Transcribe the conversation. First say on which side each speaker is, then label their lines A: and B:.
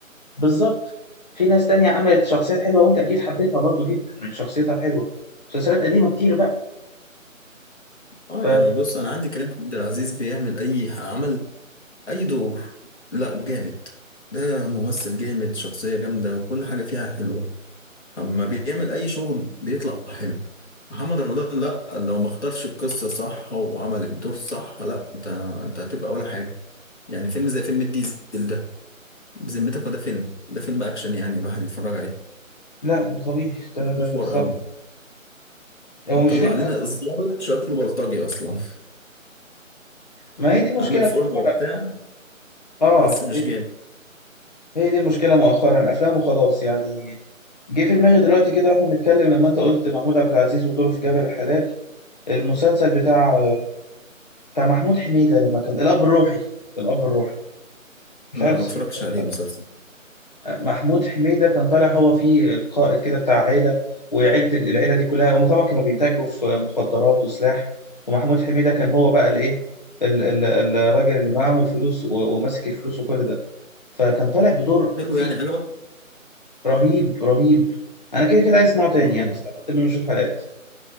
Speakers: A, on the left; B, on the left.
A: بالظبط في ناس تانية عملت شخصيات حلوه وانت اكيد حبيتها برضو جدا من شخصيتها الحلوه مسلسلات قديمه كتير بقى
B: اه
A: ف
B: يعني بص انا عندي كريم عبد العزيز بيعمل اي عمل اي دور لا جامد ده ممثل جامد شخصية جامدة وكل حاجة فيها حلوة فلما بيعمل اي شغل بيطلع حلو محمد رمضان لا لو ما اختارش القصه صح وعمل الدور صح لا انت انت هتبقى ولا حاجه يعني فيلم زي فيلم الديزل ده بذمتك ما ده فيلم ده فيلم اكشن يعني الواحد يتفرج عليه
A: لا طبيعي ده ده
B: محور
A: بالظبط
B: قوي
A: هو
B: مطلع
A: مش فيلم
B: علينا
A: أصلا
B: الضابط شكله بلطجي اصلا
A: ما هي دي المشكلة
B: <laughs> عامل فورمه
A: مؤخرا
B: وبتاع
A: اه
B: بس مش
A: هي
B: جامد
A: دي هي دي المشكلة مؤخرا أفلام وخلاص يعني جه في دماغي دلوقتي كده واحنا بنتكلم لما أنت قلت محمود عبد العزيز ودوره في جبل الحلال المسلسل بتاع بتاع محمود حميدة لما كان الأب الروحي الأب الروحي مش
B: لا
A: عارف
B: ما
A: سمعته
B: اتفرجتش
A: ولا
B: عليه
A: لأ
B: المسلسل
A: محمود حميدة كان طالع هو فيه القائد كده بتاع عيلة وعيلة العيلة دي كلها هم طبعا كانوا بيتاجروا في مخدرات وسلاح ومحمود حميدة كان هو بقى الايه ال- إيه، ال- ال- الراجل اللي معاه الفلوس و- وماسك الفلوس وكل ده فكان طالع بدور
B: حلو
A: فيه
B: يعني عجبك
A: رهيب رهيب انا كده كده عايز اسمعه تاني
B: امم
A: انا سقطت منه شوية حلقات